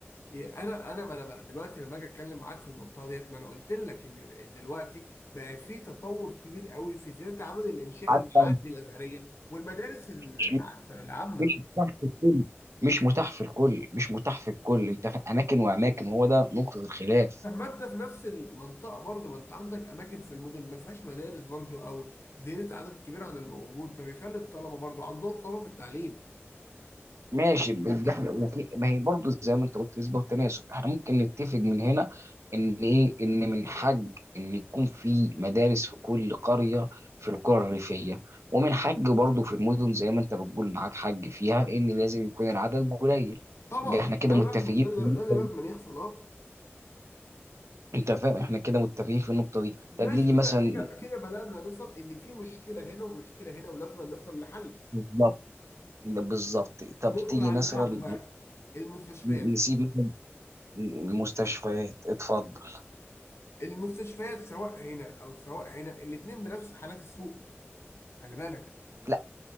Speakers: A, on the left; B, on the right.
A: يعني انا انا ما انا بقى دلوقتي لما اجي اتكلم معاك في المنطقه ديت ما انا قلت لك ان دلوقتي بقى في تطور كبير قوي في زياده عدد الانشاء
B: حتى
A: المعاهد الازهريه والمدارس الع-
B: مش
A: العامه
B: مش متاح في الكل مش متاح في الكل مش متاح في الكل انت في اماكن واماكن هو ده نقطه الخلاف
A: طب ما انت في نفس المنطقه برضو ما انت عندك اماكن في المدن ما فيهاش مدارس برضو او زياده عدد كبير عن الموجود فبيخلي الطلبه برضو عندهم صعوبه في التعليم
B: ماشي بال- احنا وفي- ما هي برضه زي ما انت قلت نسبه وتناسب احنا ممكن نتفق من هنا ان ايه ان من حق ان يكون في مدارس في كل قريه في القرى الريفيه ومن حق برضه في المدن زي ما انت بتقول معاك حق فيها ان لازم يكون العدد قليل
A: طبعا
B: يبقى احنا كده
A: ده اللي
B: متفقين
A: لازم ده اللي
B: في النقطة
A: ده اللي لازم
B: دي.
A: يحصل اه
B: انت فاهم احنا كده متفقين في النقطه دي
A: ماشي
B: طب نيجي
A: كده
B: مثلا
A: كده كده بدأنا نصل إن في مشكلة هنا ومشكلة هنا ولازم نصل لحل
B: بالظبط ده بالظبط طب
A: ندخل
B: تيجي
A: على
B: مثلا
A: اللي بعده بقى المستشفيات
B: ن- نسيب مثلا المستشفيات اتفضل
A: المستشفيات سواء هنا أو سواء هنا الاتنين بنفس حالات السوق خلي بالك
B: لا